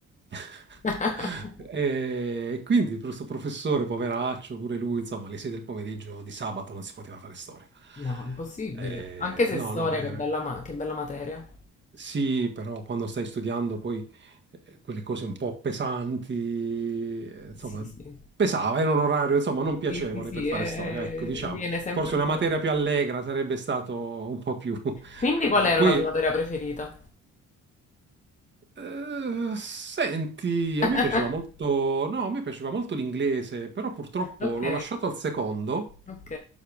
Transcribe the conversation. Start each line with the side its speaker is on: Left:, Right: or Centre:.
Right: <laughs>
Left: <laughs>
Right: E quindi questo professore, poveraccio, pure lui, insomma, le sei del pomeriggio di sabato non si poteva fare storia.
Left: No, impossibile.
Right: Eh,
Left: Anche se
Right: no,
Left: storia,
Right: no, era.
Left: che bella, ma- che bella materia.
Right: Sì, però quando stai studiando poi eh, quelle cose un po' pesanti, eh, insomma,
Left: Sì, sì.
Right: pesava, era un orario, insomma, non piacevole
Left: Sì, sì, sì,
Right: per fare
Left: eh,
Right: storia, ecco, diciamo.
Left: viene sempre
Right: Forse
Left: un
Right: una
Left: po'
Right: materia
Left: di...
Right: più allegra sarebbe stato un po' più... <laughs>
Left: Quindi qual
Right: eh,
Left: era
Right: poi,
Left: la tua materia preferita?
Right: eh, senti,
Left: <laughs>
Right: a me piaceva molto, no, a me piaceva molto l'inglese, però purtroppo
Left: Ok,
Right: l'ho lasciato al secondo
Left: ok,